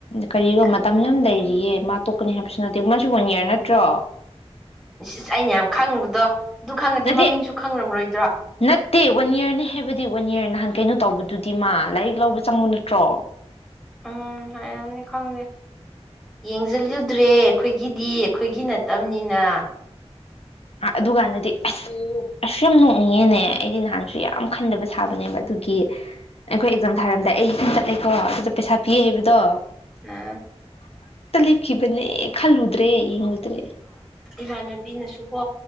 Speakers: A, on the left; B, in the centre.
A: ꯀꯔꯤꯅꯣ
B: ꯀꯗꯥꯏꯗꯅꯣ
A: ꯃꯇꯝ ꯌꯥꯝ ꯂꯩꯔꯤꯌꯦ ꯃꯥꯣꯛ ꯅꯤ ꯍꯥꯏꯕꯁꯨ ꯅꯠꯇꯦ ꯃꯥꯁꯨ ꯋꯥꯟ ꯌꯥꯌꯥꯔ ꯅꯠꯇ꯭ꯔꯣ
B: ꯁꯤꯁ ꯑꯩꯅ ꯌꯥꯝ ꯈꯪꯉꯨꯕꯗꯣ ꯑꯗꯨ ꯈꯪꯉꯗꯤ
A: ꯅꯠꯇꯦ
B: ꯃꯃꯤꯡꯁꯨ ꯈꯪꯉꯝꯔꯣꯏ
A: ꯅꯠꯇꯦ ꯋꯥꯟ ꯏꯔꯅꯦ ꯍꯥꯏꯕꯗꯤ ꯋꯥꯟ ꯏꯔ ꯅꯍꯥꯟ ꯀꯩꯅꯣ ꯇꯧꯕꯗꯨꯗꯤ ꯃꯥ ꯂꯥꯏꯔꯤꯛ ꯂꯧꯕ ꯆꯪꯉꯨ ꯅꯠꯇ꯭ꯔꯣ
B: ꯎꯝ ꯍꯥꯏꯗꯤ ꯈꯪꯗꯦ ꯌꯦꯡꯁꯤꯜꯂꯨꯗ꯭ꯔꯦ ꯑꯩꯈꯣꯏꯒꯤꯗꯤ ꯑꯩꯈꯣꯏꯒꯤ ꯅꯠꯇꯕꯅꯤꯅ
A: ꯑꯗꯨꯀꯥꯟꯗꯗꯤ ꯑꯁ ꯑꯁꯁꯨ ꯌꯥꯝ ꯅꯣꯛꯅꯤꯡꯉꯦꯅꯦ ꯑꯩꯗꯤ ꯅꯍꯥꯟꯁꯨ ꯌꯥꯝ ꯈꯟꯗꯕ ꯁꯥꯕꯅꯦꯕ ꯑꯗꯨꯒꯤ ꯑꯩꯈꯣꯏ ꯑꯦꯛꯖꯥꯝ ꯊꯥꯔꯝꯗꯥꯏ ꯑꯩ ꯏꯈꯤ ꯆꯠꯂꯦꯀꯣ ꯑꯗꯨꯗ ꯄꯩꯁꯥ ꯄꯤ ꯍꯥꯏꯕꯗꯣ
B: ꯑꯝ
A: ꯂꯦꯞꯈꯤꯕꯅꯦ ꯈꯜꯂꯨꯗ꯭ꯔꯦ ꯌꯦꯡꯉꯨꯗ꯭ꯔꯦ
B: ꯏꯃꯥꯟꯅꯕꯤꯅꯁꯨ ꯀꯣ